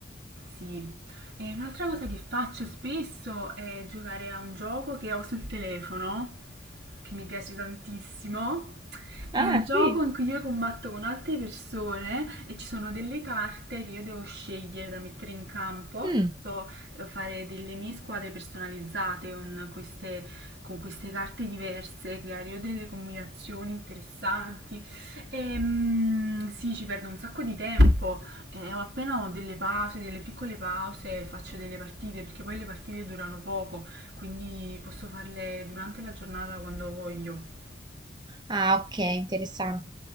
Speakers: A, on the right; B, on the right.
A: Sì. E un'altra cosa che faccio spesso è giocare a un gioco che ho sul telefono, che mi piace tantissimo. È
B: Ah,
A: un gioco
B: sì.
A: in cui io combatto con altre persone e ci sono delle carte che io devo scegliere da mettere in campo.
B: Mm.
A: Posso eh, fare delle mie squadre personalizzate con queste con queste carte diverse, creare io delle combinazioni interessanti. E, mm, sì, ci perdo un sacco di tempo. Eh, ho appena ho delle pause, delle piccole pause, faccio delle partite perché poi le partite durano poco, quindi posso farle durante la giornata quando voglio.
B: Ah, ok, interessante.